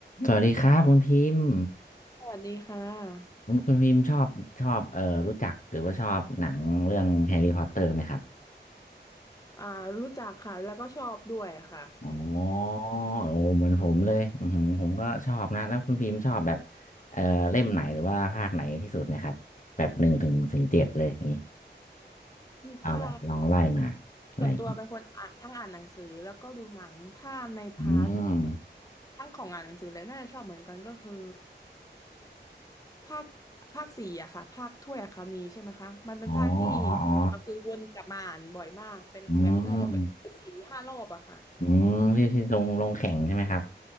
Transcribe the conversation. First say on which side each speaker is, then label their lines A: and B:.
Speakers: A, on the left; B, on the left.
A: สวัสดีครับคุณพิมพ์
B: สวัสดีค่ะ
A: คุณคุณพิมพ์ชอบชอบเอ่อรู้จักหรือว่าชอบหนังเรื่องแฮร์รี่พอตเตอร์ไหมครับ
B: อ่ารู้จักค่ะ แล้วก็ชอบด้วยค่ะ
A: อ๋อโอ้เหมือนผมเลยอือหือผมก็ชอบนะแล้วคุณพิมพ์ชอบแบบเอ่อเล่มไหนหรือว่าภาคไหนที่สุดไหมครับแบบหนึ่งถึงถึงเจ็ดเลยอย่างนี้
B: อืมถ้า
A: เอาแบบลองไล่มาอะไรอย่างนี้
B: ส่วนตัวเป็นคนอ่ะทั้งอ่านหนังสือแล้วก็ดูหนังถ้าในพาร์ท
A: อืม
B: ทั้งของอ่านหนังสือและน่าจะชอบเหมือนกันก็คือภาคภาคสี่อะค่ะภาคถ้วยอัคนีใช่ไหมคะมันเป็นภาคที่ส่วนตัวคือวนกลับมาอ่านบ่อยมากเป็นแบบน่าจะเป็นสี่ห้ารอบอะค่ะ
A: อ๋ออ๋ออ๋ออืมอืมที่ที่ลงลงแข่งใช่ไหมครับ